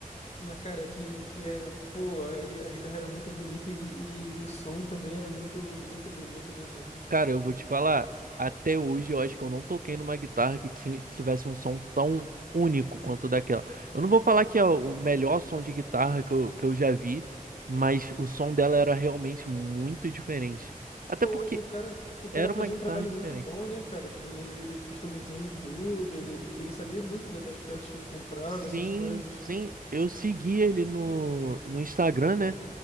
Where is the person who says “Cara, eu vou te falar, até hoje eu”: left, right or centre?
Right